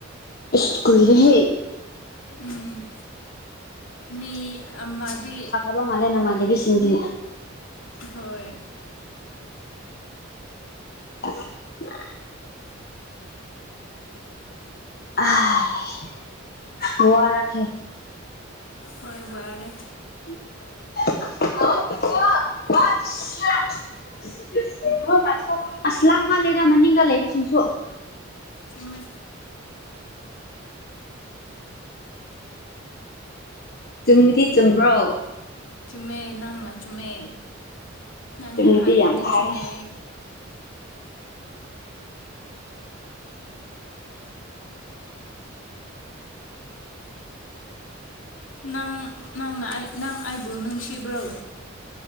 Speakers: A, on the left; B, on the left.
A: ꯏꯁ ꯀꯨꯢꯔꯦꯍꯦ
B: ꯎꯝ ꯃꯤ ꯑꯃꯗꯤ
A: ꯄ ꯃꯥꯜꯂꯦ ꯅꯃꯥꯟꯅꯕꯤꯁꯤꯡꯗꯤ
B: ꯍꯣꯏ
A: <unintelligible> ꯑꯍꯦ ꯋꯥꯔꯛꯈꯦ
B: ꯍꯣꯏ ꯋꯥꯔꯦ
A: <unintelligible> ꯑꯁ ꯂꯥꯡꯃꯜꯂꯦꯗ ꯃꯅꯤꯡꯗ ꯂꯩꯕꯁꯤꯡꯁꯨ
B: ꯊꯨꯢꯝꯃꯦ
A: ꯆꯨꯝꯕꯗꯤ ꯆꯨꯝꯕ꯭ꯔꯣ
B: ꯆꯨꯝꯃꯦ ꯅꯪꯅ ꯆꯨꯝꯃꯦ ꯅꯪꯅ
A: ꯆꯨꯝꯃꯗꯤ
B: ꯍꯥꯏꯔꯗꯤ
A: ꯌꯥꯝ ꯐꯔꯦ
B: ꯆꯨꯝꯃꯦ ꯅꯪ ꯅꯪꯅ ꯑꯩ ꯅꯪ ꯑꯥꯏꯕꯨ ꯅꯨꯡꯁꯤꯕ꯭ꯔꯣ